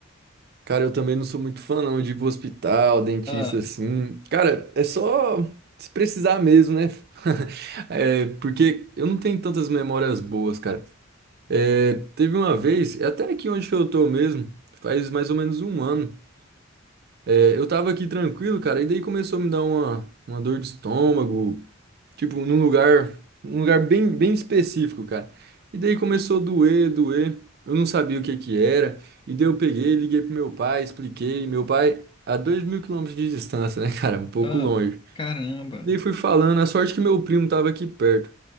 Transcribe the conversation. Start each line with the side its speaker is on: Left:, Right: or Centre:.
Right: Cara, eu também não sou muito fã, não, de ir pro hospital, dentista,
Left: Ah,
Right: assim. Cara, é só se precisar mesmo, né? <laughs> É, porque eu não tenho tantas memórias boas, cara. É, teve uma vez, é até aqui onde que eu tô mesmo, faz mais ou menos um ano. É, eu tava aqui tranquilo, cara, e daí começou a me dar uma, uma dor de estômago, Tipo, num lugar, um lugar bem, bem específico, cara. E daí começou a doer, doer. Eu não sabia o que que era. E daí eu peguei, liguei pro meu pai, expliquei. Meu pai, a dois mil quilômetros de distância, né, <laughs> cara? Um pouco
Left: ah,
Right: longe.
Left: caramba.
Right: E daí fui falando, a sorte que meu primo tava aqui perto.